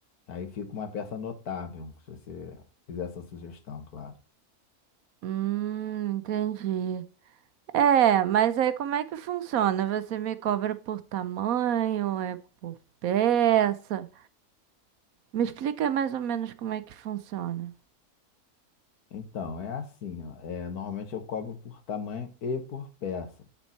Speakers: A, on the left; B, on the right.
A: Aí fica uma peça notável, se você fizer essa sugestão, claro.
B: Hum, entendi. É, mas aí como é que funciona? Você me cobra por tamanho, é por peça? Me explica mais ou menos como é que funciona.
A: Então, é assim, ó. É, normalmente eu cobro por tamanho e por peça.